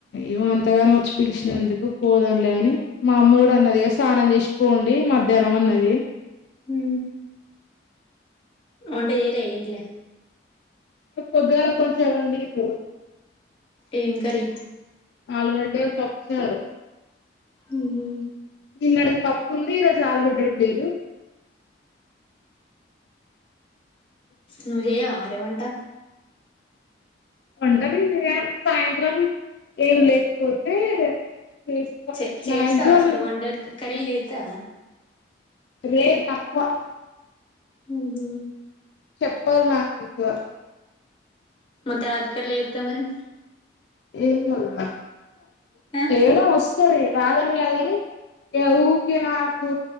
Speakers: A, on the left; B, on the left.
A: ఏమో అంతగాన వచ్చి పిలిచినందుకు పోదంలే అని మా అమ్మ కూడా అన్నదిగా స్నానం చేసి పోండి మ ధనం అన్నది
B: హు వంట చేయలే ఇండ్ల
A: పొద్దుగాల కొంచెం ఆ లేదు
B: ఏం కర్రీ
A: ఆలుగడ్డ, పప్పుచారు
B: ఉ హు
A: నిన్నటిది పప్పు ఉంది ఈరోజు ఆలుగడ్డ లేదు
B: నువ్వు చేయవా మరి వంట
A: వంట నేను చేయ సాయంత్రం ఏం లేకపోతే చేస్తా
B: చే చేస్తావా
A: మాక్సిమం
B: అచ్చటు వంట కర్రీలు చేత్తవ
A: రేర్ తక్కువ
B: ఉ హు
A: చెప్పాల ఆగ
B: మత్త రాతికట్ల చేత్తవు మరి
A: ఏమోరా
B: ఆ
A: చేయడం వస్ సరే రాలనియాలి ఆ ఊకే నాకు